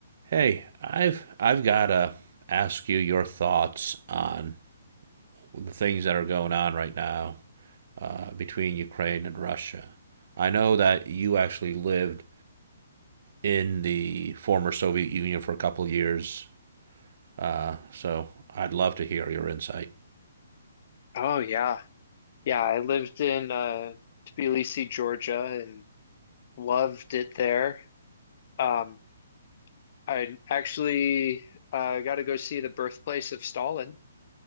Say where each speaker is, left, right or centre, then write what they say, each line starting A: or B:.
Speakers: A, on the right (about 55°); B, on the left (about 50°).
A: Hey, I've I've got to ask you your thoughts on the things that are going on right now uh, between Ukraine and Russia. I know that you actually lived in the former Soviet Union for a couple of years, uh, so I'd love to hear your insight.
B: Oh yeah. Yeah, I lived in uh Tbilisi, Georgia and loved it there. Um I actually uh got to go see the birthplace of Stalin.